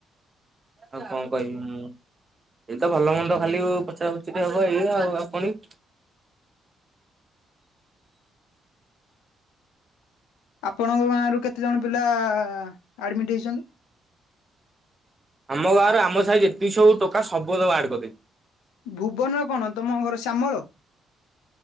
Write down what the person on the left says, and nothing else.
ଆପଣଙ୍କ ଗାଁରୁ କେତେଜଣ ପିଲା ଆଡ଼ମିଟ ହେଇଛନ୍ତି।
ଭୁବନ କଣ ତମ ଘର ଶ୍ୟାମଳ।